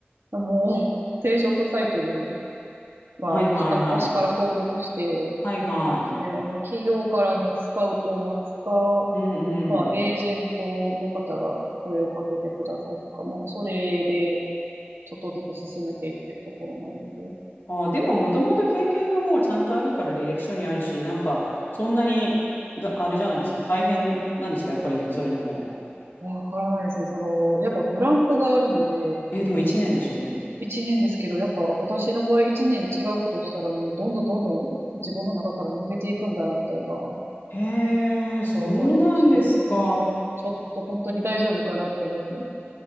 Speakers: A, on the right; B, on the left.
A: あ、もう、定食サイトには片っ端から登録して、
B: はいはいはい。はいはい。
A: そうですね、まあ企業からのスカウトを待つか、
B: うんうん。
A: まあエージェントの方が声をかけてくださるか、まあそれでちょっとずつ進めていってるところなんです。
B: あ、でも、もともと経験がもうちゃんとあるから履歴書にあるし、なんか、そんなに、だ、あれじゃないですか。大変なんですかやっぱり、でも、それでも。
A: わからないですね。その、やっぱブランクがあるんで、
B: え、でも1年でしょ
A: 一年ですけど、やっぱ私の場合一年違うことをしたらもうどんどんどんどん自分の中から抜けていくんだなってのが、
B: へえ、
A: なんかありまして、
B: そうなんですか。
A: うん、ちょっと本当に大丈夫かなってね、